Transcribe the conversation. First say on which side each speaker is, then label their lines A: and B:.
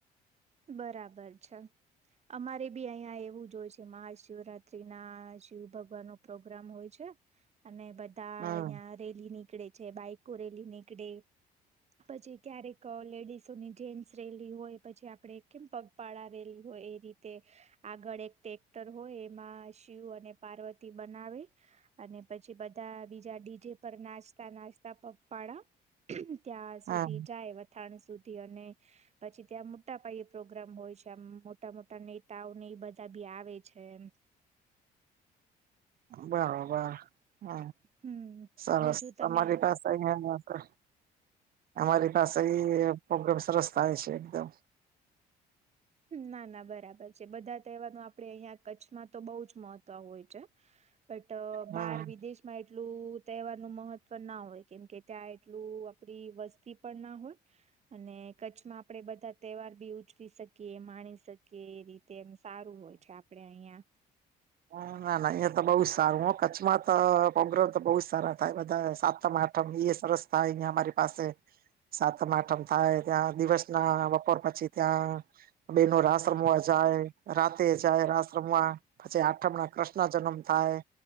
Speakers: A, on the right (about 40°); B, on the right (about 60°).
A: બરાબર છે અમારે બી અહિયાયા એવું જ હોય છે. મહાશિવરાત્રી ના શિવ ભગવાન નું પ્રોગ્રામ હોય છે અને બધા
B: હમ
A: ધાયા રેલીની ે છે બાઈકો રેલી નીકડે પછી ક્યારેક લેડીસોની જેન્ટ્સ રેલી હોય પછી આપડે કેમ પગપાળા રેલી હોય એ રીતે આગળ એક ્રેક્ટર હોય એમાં શિવ અને પાર્વતી બનાવે અને પછી બધા બીજા ડીજે પર નાસ્તા નાસ્તા પગપાડા ત્યાં
B: હા
A: સુધી જાય વથાણ સુધી ટી અને પછી ત્યાં મોટા પાયે પ્રોગ્રામ હોય છે આમ મોટા મોટા નેતાઓને એ બધા બી આવે છે એમ
B: બરાબર હ હ
A: હમ
B: સરસ
A: બીજું તમે
B: તમારી પાસે બો મોકો અમારી પાસે બી હોત પ્રોગ્રમ સરસ થાય છે એકદમ
A: ના ના બરાબર છે બધા તહેવાર ન આપડે અહિયાં કચ્છમાં તો બઉ જ મહત્વ હોય છે. બટ
B: હમ
A: બાર વિદેશમાં ટલું તહેવાર નું મહત્વ ના હોય કેમકે ત્યાં એટલું આપડી વસ્તી પણ ના હોય અને કચ્છમાં આપડે બધા તહેવાર બી ઉચકી શક કે માણસ કે રીત તેમ સારું હોય છે આપડે અહિયાં
B: હ ના ના અયા તો બઉ જ સારું હ કચ્છમાં તો પોગ્ર તો બઉ સર થાય બધા સાતમ આઠમ સરસ થાય ને અમારી પાસે સાતમ આઠમ થાય. ત્યા દિવસના બપોર પછી ત્યાં બેનો રાસ રમવા જાય રાતે જાય રાસ રમવા. પછી આઠમણા કૃસ ના જન્મ થાય.